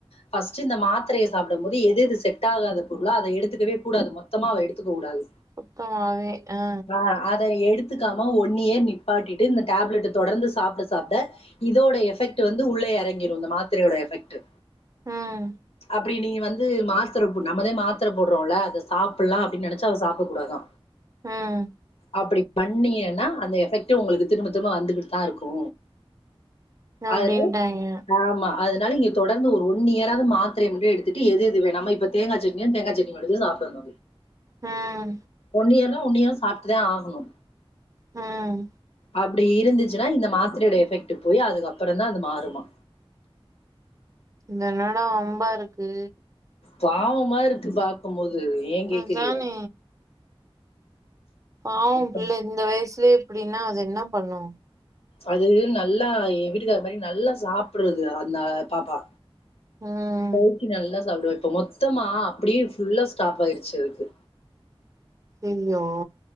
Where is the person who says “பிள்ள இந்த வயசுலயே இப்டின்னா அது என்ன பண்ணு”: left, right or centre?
Right